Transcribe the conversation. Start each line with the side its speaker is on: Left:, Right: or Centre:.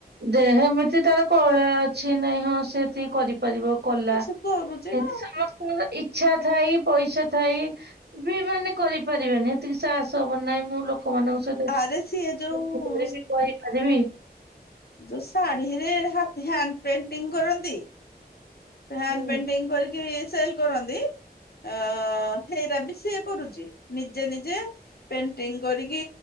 Right: ଦେହ ଏମିତି ତାର କଳା ଅଛି ନାଇଁ ହଁ ସେତିକି କରିପାରିବ। କଲା
Left: ସେ କରୁଛି
Right: ଏମିତି
Left: ନା ଆଉ।
Right: ସମସ୍ତିଙ୍କର ଇଚ୍ଛା ଥାଇ। ପଇସା ଥାଇ। ବି ମାନେ କରିପାରିବେନି। ହେତିକି ସାହସ ହବ ନାଇ ମୋ ଲୋକମାନଙ୍କ ସହିତ
Left: ଆରେ ସିଏ ଯୋଉ
Right: <unintelligible> କହି ପାରିବି।
Left: ଯଉ ଶାଢୀ ରେ ହାତୀ ହ୍ୟାଣ୍ଡ ପେଣ୍ଟିଂ କରନ୍ତି। ହ୍ୟାଣ୍ଡ
Right: ହୁଁ
Left: ପେଣ୍ଟିଂ କରିକି ସେଲ୍ କରନ୍ତି। ଅ ହେରା ବି ସିଏ କରୁଚି ନିଜେ ନିଜେ। ପେଣ୍ଟିଙ୍ଗ କରିକି